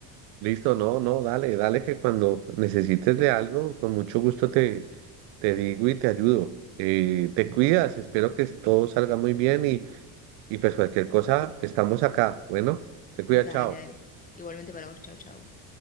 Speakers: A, on the right; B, on the left.
A: Listo, no, no, dale, dale que cuando necesites de algo, con mucho gusto te, te digo y te ayudo. Eh, te cuidas, espero que todo salga muy bien y Y pues cualquier cosa, estamos acá. Bueno, te cuida,
B: Dale,
A: chao.
B: dale. Igualmente para vos, chau, chau.